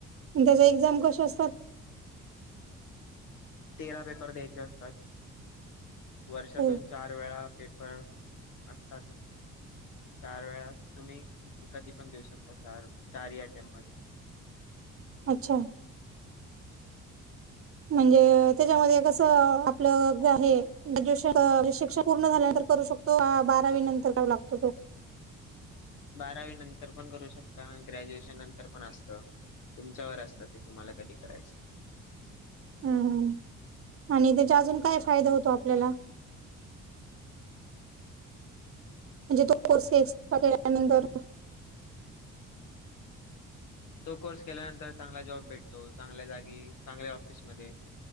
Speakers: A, on the right (about 45°); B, on the left (about 85°).
A: त्याच एक्झाम कस असतात.
B: तेरा पेपर द्यायचे असतात. वर्षातून
A: ते
B: चार वेळा पेपर असतात. चार वेळा तुम्ही कधी पण देऊ शकता चार ही टेम मध्ये.
A: अच्छा. म्हणजे त्याच्यामध्ये कसं आपलं ज आहे ग्रॅज्युएशन शिक्षण पूर्ण झाल्यानंतर करू शकतो. तो बारावी नंतर जाऊ लागतो तो.
B: बारावी नंतर पण करू शकता आणि ग्रॅज्युएशन नंतर पण असतं. तुमच्यावर असतं ते तुम्हाला कधी करायचं.
A: हम्म ह आणि त्याचा अजून काय फायदा होतो आपल्याला? म्हणजे तो कोर्से एक्स्ट्रा केल्यानंतर?
B: तो कोर्स केल्यानंतर चांगला जॉब भेटतो चांगल्या जागी चांगल्या ऑफिसमध्ये.